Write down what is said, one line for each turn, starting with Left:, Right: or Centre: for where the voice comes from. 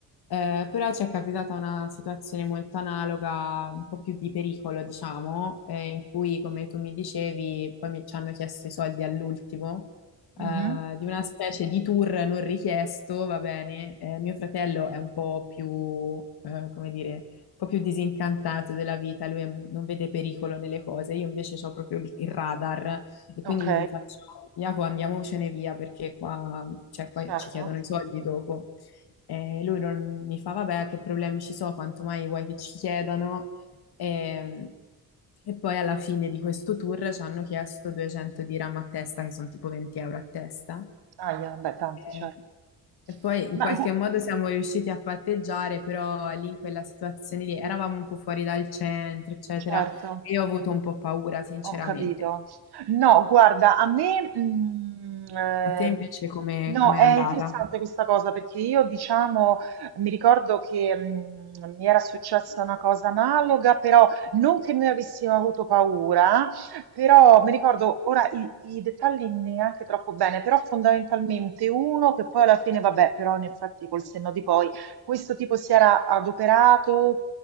Left: Eh, però ci è capitata una situazione molto analoga, un po' più di pericolo, diciamo, eh, in cui, come tu mi dicevi, poi mi- ci hanno chiesto i soldi all'ultimo,
Right: Mhm,
Left: eh, di una specie di tour non richiesto, va bene. Eh, mio fratello è un po' più, eh, come dire, un po' più disincantato della vita, lui è- non vede pericolo nelle cose, io invece ho proprio il il radar e quindi
Right: Ok,
Left: gli faccio, Iaco, andiamocene via perché qua, cioè, qua
Right: certo.
Left: ci chiedono i soldi dopo. E lui non mi fa, vabbè, che problemi ci sono, quanto mai vuoi che ci chiedano? E, e poi alla fine di questo tour ci hanno chiesto 200 dirham a testa, che sono tipo 20 euro a testa.
Right: Ah, beh, tanti,
Left: E,
Right: certo.
Left: e poi in
Right: Ma
Left: qualche
Right: gu-
Left: modo siamo riusciti a patteggiare, però lì in quella situazione lì eravamo un po' fuori dal centro, eccetera,
Right: certo.
Left: e io ho avuto un po' paura, sinceramente.
Right: Ho capito. No, guarda, a me, mm, ehm,
Left: A te invece come
Right: no,
Left: come
Right: è
Left: è andata?
Right: interessante questa cosa perché io, diciamo, mi ricordo che mm, mi era successa una cosa analoga, però non che noi avessimo avuto paura, però mi ricordo ora i, i dettagli neanche troppo bene, però fondamentalmente uno che poi alla fine, vabbè, però in effetti col senno di poi questo tipo si era adoperato